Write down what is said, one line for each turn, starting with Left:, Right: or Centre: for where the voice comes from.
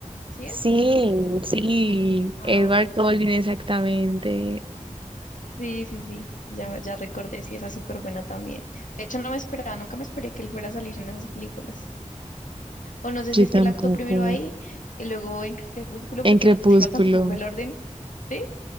Left: ¿Sí
Right: Sí,
Left: es?
Right: sí,
Left: Ah,
Right: Edward Cullen, exactamente.
Left: sí, sí, sí. Ya, ya recordé, sí, esa es súper buena también. De hecho, no me esperaba, nunca me esperé que él fuera a salir en esas películas. O no sé
Right: Yo
Left: si es
Right: tampoco.
Left: que él actuó primero ahí y luego en Crepúsculo, porque
Right: En Crepúsculo.
Left: no <laughs> tengo tampoco el orden, ¿sí?